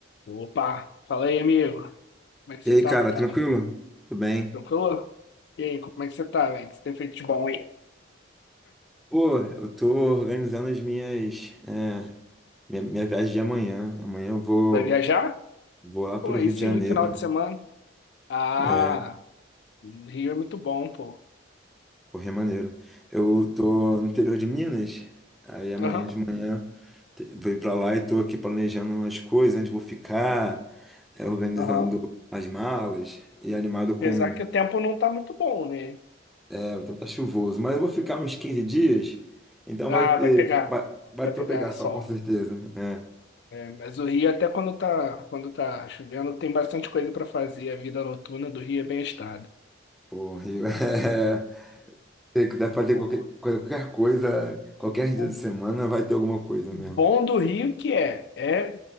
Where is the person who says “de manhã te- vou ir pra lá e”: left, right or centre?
Centre